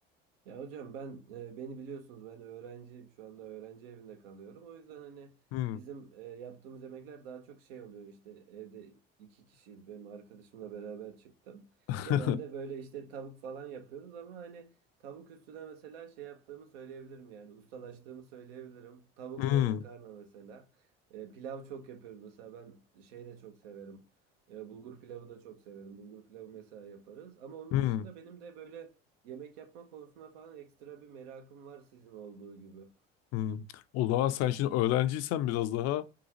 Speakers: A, on the right (about 80°); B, on the left (about 60°).
A: Ya hocam ben e, beni biliyorsunuz ben öğrenciyim şu anda öğrenci evinde kalıyorum. O yüzden hani
B: Hmm.
A: bizim e, yaptığımız yemekler daha çok şey oluyor işte evde iki kişiyiz benim arkadaşımla beraber çıktım.
B: <laughs>
A: Genelde böyle işte tavuk falan yapıyoruz ama hani tavuk üstüne mesela şey yaptığımı söyleyebilirim yani ustalaştığımı söyleyebilirim. Tavuk
B: Hmm.
A: ve makarna mesela. E, pilav çok yapıyoruz mesela ben şey de çok severim. E, bulgur pilavı da çok severim. Bulgur pilavı mesela yaparız. Ama onun
B: Hmm.
A: dışında benim de böyle Yemek yapma konusuna falan ekstra bir merakım var sizin olduğu gibi.
B: Hmm. O zaman sen şimdi öğrenciysen biraz daha